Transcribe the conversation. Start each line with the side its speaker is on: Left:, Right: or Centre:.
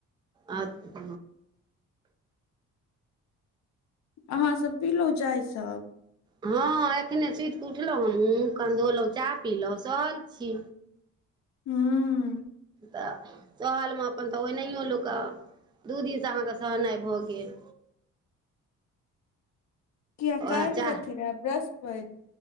Right: अ ह
Left: अहाँ सब पीलो चाय सब
Right: हँ एखने सुति कऽ उठलहुँ हम मुँह कन धोलहुँ चाह पीलहुँ सहल छी
Left: हू
Right: तऽ सहलमे अपन तऽ ओनाहियो लोकऽ कऽ दू दिनसँ अहाँके सहनाइ भऽ गेल
Left: किया
Right: उएह
Left: काइल
Right: चाह
Left: कथि रहै बृहस्पति